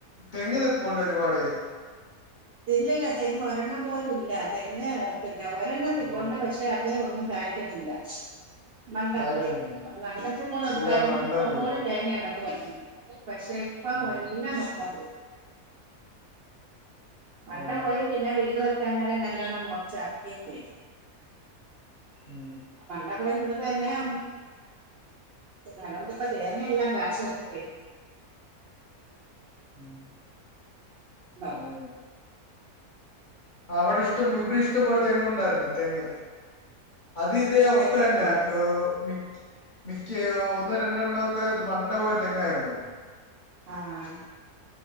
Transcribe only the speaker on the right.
ഇല്ലല്ല തെങ്ങ് ഒരെണ്ണം പോലും ഇല്ല തെങ്ങ് പിന്നെ ഒരെണ്ണം നിപ്പുണ്ട്
പക്ഷെ അത് ഒന്നും കായിക്കുന്നില്ല. മണ്ട
പോയി <unintelligible> ഉണ്ടായിരുന്നു
ഇഷ്ടം
പോലെ തേങ്ങയിട പക്ഷെ ഇപ്പം
വല്ല <unintelligible> മണ്ട
പോയി പിന്നെ വീട് വെക്കാഞാൽ നല്ലോണ്ണം മോർചാകേയും ചെയ്തു.
പണ്ടൊക്കെ ഇന്ന് തന്നെയാ <unintelligible> പിന്നെ അതോണ്ട് പ്പ തേങ്ങ എല്ലാം കാശ് കൊടുത്ത്
<unintelligible> <unintelligible>
ആഹ്
തേങ്ങയൊക്കെ
ഉണ്ട്
ആഹ